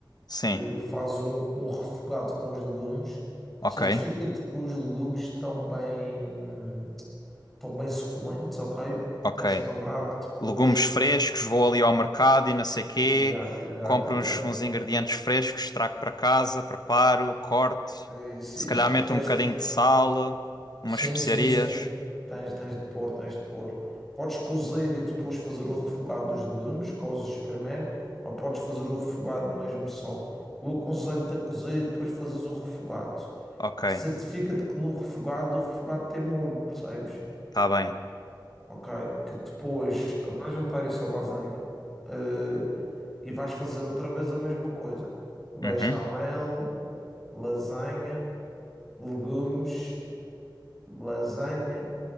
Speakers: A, on the left; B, in the centre.
A: Sim.
B: eh, faz um, um refogado com os legumes,
A: Ok.
B: certifica-te que os legumes estão bem, estão bem suculentos, ok?
A: Ok.
B: Tens de lembrar que depois.
A: legumes frescos, vou ali ao mercado e não sei quê,
B: Exato, exato,
A: compro
B: exato.
A: uns, uns ingredientes frescos, trago para casa, preparo, corto,
B: É Isso,
A: se
B: é
A: calhar
B: isso. Porque
A: meto
B: tens
A: um bocadinho
B: de
A: de sal, umas
B: Sim,
A: especiarias.
B: sim, sim. Tens, tens de pôr, tens de pôr. Podes cozer e depois fazer o refogado dos legumes, cozes primeiro, ou podes fazer o refogado mesmo só. Eu aconselho-te a cozer e depois fazes o refogado.
A: Ok,
B: Que certifica-te que no refogado, o refogado tem molho, percebes?
A: está bem.
B: Ok? Que depois vais juntar isso à lasanha, eh, e vais fazer outra vez a mesma coisa. Bechamel,
A: Uhum.
B: lasanha, legumes, lasanha.